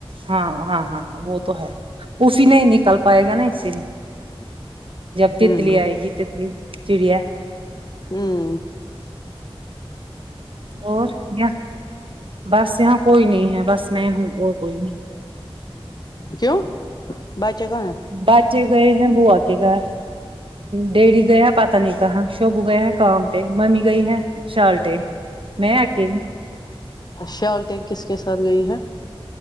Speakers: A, on the right; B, on the left.
A: ہاں ہاں ہاں وہ تو ہے افی نہیں نکل پائے گا نا اسی میں جب تتلی
B: ہ
A: آئے گی تتلی چڑیا
B: ہوں
A: اور یہ بس یہاں کوئی نہیں ہے بس میں ہوں اور کوئی نہیں
B: کیوں باچہ کہاں ہیں
A: باچہ گئے ہیں بو آ کے گا ڈیریی گیا ہے پتا نہیں کہاں شب گیا ہے کام پہ ممی گئی ہے شالٹیں میں آکلھی
B: شالٹیں کس کے ساتھ گئی ہے